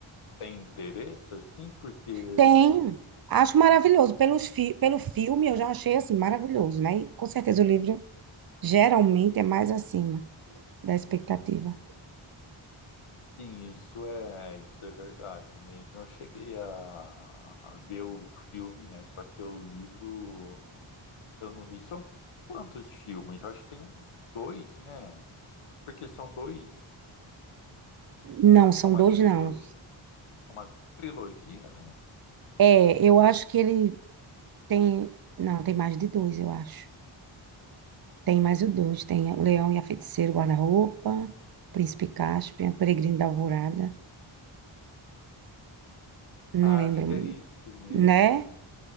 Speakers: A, on the left; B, on the right.
A: tem interesse, assim? Porque.
B: Tem, acho maravilhoso. Pelos fi, pelo filme eu já achei assim maravilhoso, né? E, com certeza o livro geralmente é mais acima da expectativa.
A: Sim, isso é, isso é verdade mesmo. Eu cheguei a, a ver o filme, né? Só que o livro eu não li. São quantos filmes? Eu Acho que tem uns dois, né? Porque são dois,
B: Não, são
A: é uma
B: dois
A: trilogia,
B: não.
A: uma trilogia, né?
B: É, eu acho que ele tem, não, tem mais de dois, eu acho. Tem mais o dois, tem o Leão e a Feiticeira, o Guarda-Roupa, Príncipe Caspian, o Peregrino da Alvorada, não
A: Ah,
B: lembro,
A: acho que é isso mesmo.
B: né?